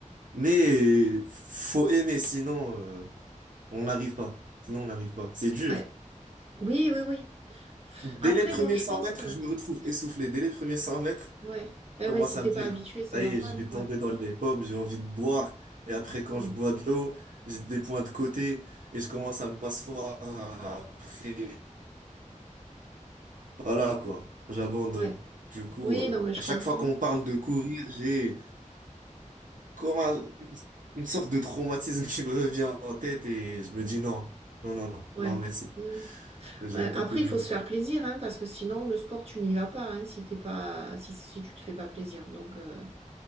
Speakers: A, on the right; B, on the right.
A: Mais faut aimer, sinon euh, on n'arrive pas. Sinon on n'arrive pas. C'est dur.
B: Ouais. Oui, oui, oui.
A: Dès
B: Après,
A: les premiers
B: bon, je
A: 100
B: pense
A: mètres,
B: que...
A: je me retrouve essoufflé. Dès les premiers 100 mètres,
B: Ouais. Eh
A: je
B: ben,
A: commence
B: si
A: à
B: t'es
A: me dire,
B: pas habitué, c'est
A: ça
B: normal.
A: y est, je vais tomber
B: Ouais.
A: dans les pommes, j'ai envie de boire. Et après, quand
B: Mm.
A: je bois de l'eau, j'ai des points de côté et je commence à m'asseoir après. Voilà quoi, j'abandonne.
B: Ouais.
A: Du coup,
B: Oui,
A: euh,
B: non, mais je
A: à chaque
B: comprends.
A: fois qu'on parle de courir, j'ai comme un- une, une sorte de traumatisme <laughs> qui me revient en tête et je me dis non, non, non, non,
B: Ouais.
A: non, merci.
B: Ouais. ouais.
A: Je
B: Ouais.
A: vais pas
B: Après,
A: courir.
B: il faut se faire plaisir, hein, parce que sinon, le sport, tu n'y vas pas, hein, si t'es pas... si, si tu te fais pas plaisir. Donc, euh,